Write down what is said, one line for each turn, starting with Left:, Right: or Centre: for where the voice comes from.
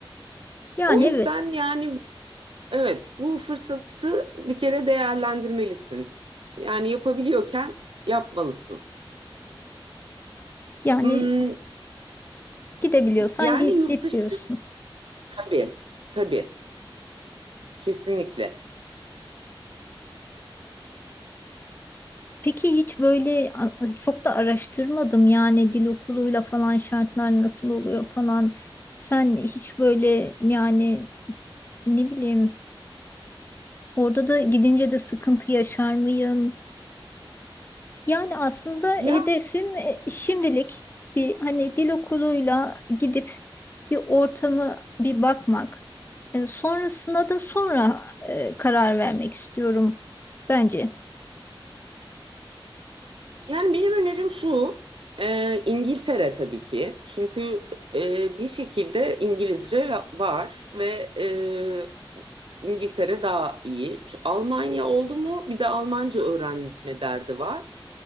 Left: Yani
Right: O yüzden
Left: evet
Right: yani evet bu fırsatı bir kere değerlendirmelisin. Yani yapabiliyorken yapmalısın.
Left: yani
Right: Hmm,
Left: gidebiliyorsan
Right: yani
Left: git,
Right: yurt
Left: git
Right: dışı
Left: diyorsun.
Right: tabii tabii kesinlikle.
Left: Peki hiç böyle a- a- çok da araştırmadım yani dil okuluyla falan şartlar nasıl oluyor falan. Sen hiç böyle yani ne bileyim orada da gidince de sıkıntı yaşar mıyım? Yani aslında
Right: Ya
Left: hedefim e, şimdilik bir hani dil okuluyla gidip bir ortamı bir bakmak. E, sonrasına da sonra e, karar vermek istiyorum bence.
Right: Yani benim önerim şu, e, İngiltere tabii ki. Çünkü e, bir şekilde İngilizce va- var ve e, İngiltere daha iyi. Ç- Almanya oldu mu bir de Almanca öğrenme derdi var.